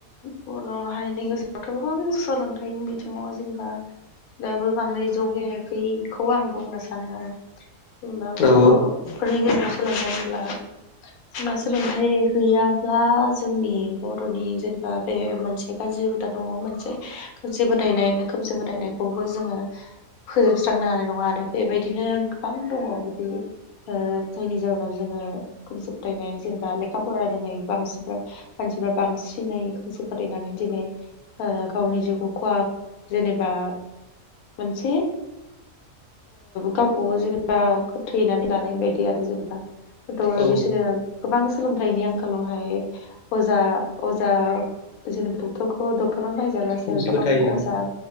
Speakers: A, on the left; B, on the left.
A: बर' हारिनि गेजेरावथ' गोबां सोलोंथाइनि बि बिथिङाव जेनेबा दाबो बांद्राय जौगायाखैखौ आं बुंनो सानो आरो जेनेबा बर'फोरनि
B: औ
A: गेजेराव सोलोंथाइ होनब्ला जबा सोलोंथायाइ गैयाब्ला जोंनि बर'नि जेनेबा बे मोनसे गाज्रि हुदा दङ मोनसे गाज्रि बदायनाय खोमसि फोथायनायखौबो जोङो फोजोबस्रांनो हानाय नङा आरो बेबायदिनो गोबां दङ बिदि जायनि जाहोनाव जोङो खनसि फोथायनाय जेनेबा लेखा फराया रोङै बांसिनफ्रा मानसिफ्रा बांसिनै खोमसे फोथायनानै दिनै गावनि जिउ खहा जेनेबा मोनसे गावखौ जेनेबा फोथैनानै लानाय बायदि आरो जेनेबा '
B: औ
A: बिसोरो गोबां सोलोंथाइनि आंखालावहाय अजा अजा जेनेबा डक्टरखौ डक्टराव नायजालासो
B: खोमसि
A: गोबां
B: फोथायो आरो
A: अजा